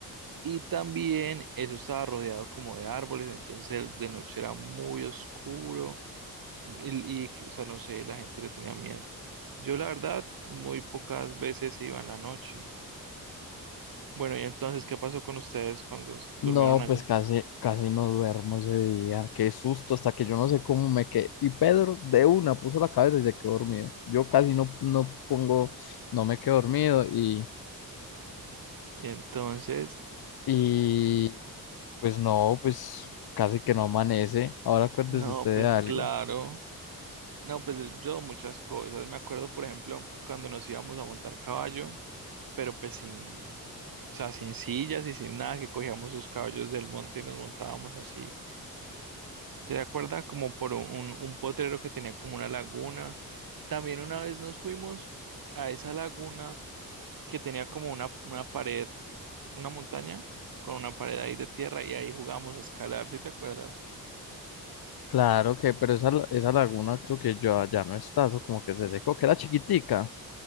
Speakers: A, on the right; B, on the left.
A: Y también eso estaba rodeado como de árboles, entonces de noche era muy oscuro mm, y, y, que- o sea, no sé, la gente le tenía miedo. Yo la verdad muy pocas veces iba en la noche. Bueno, y entonces, ¿qué pasó con ustedes cuando s-
B: no,
A: durmieron allá?
B: pues casi, casi no duermo ese día, qué susto, hasta que yo no sé cómo me quedé, y Pedro de una puso la cabeza y se quedó dormido, yo casi no, no pongo, no me quedo dormido, y,
A: Y entonces,
B: y, pues no, pues casi que no amanece, ahora acuérdese
A: no,
B: usted
A: pues
B: de algo.
A: claro. No, pues yo muchas cosas. Me acuerdo, por ejemplo, cuando nos íbamos a montar caballo, pero pues sin, o sea, sin sillas y sin nada, que cogíamos los caballos del monte y nos montábamos así. ¿Se acuerda? Como por un, un- un potrero que tenía como una laguna. También una vez nos fuimos a esa laguna que tenía como una, una pared, una montaña con una pared ahí de tierra y ahí jugamos a escalar, ¿sí te acuerdas?
B: Claro que, pero esa, la- esa laguna creo que ya, ya no está, eso como que se secó, que era chiquitica,